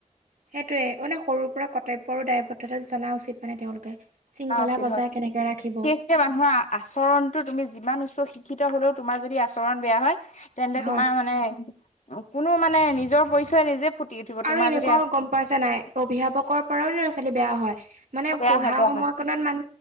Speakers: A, on the right (about 85°); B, on the left (about 65°).
A: সেইটোয়ে, মানে সৰুৰ পৰা কৰ্তব্য আৰু দায়বদ্ধতা জনা উচিত মানে তেওঁলোকে। শৃংখলা
B: <unintelligible>
A: বজাই
B: হয় <unintelligible>
A: কেনেকে ৰাখিব
B: এয়া মানুহৰ আচৰণটো তুমি যিমান উচ্চ শিক্ষিত হলেও তোমাৰ যদি আচৰণ বেয়া হয় তেন্তে
A: হয়
B: তোমাৰ মানে, কোনো মানে নিজৰ পৰিচয় নিজে ফুটি উঠিব
A: আৰু
B: তোমাৰ
A: এনেকুৱা
B: যদি আচৰণটো
A: গম পাইছা
B: বেয়া হয়।
A: নাই, অভিভাৱকৰ পৰাও ল'ৰা-ছোৱালী বেয়া হয়, মানে
B: বেয়া
A: পঢ়া
B: হয় বেয়া
A: সময়কনত
B: হয়
A: মান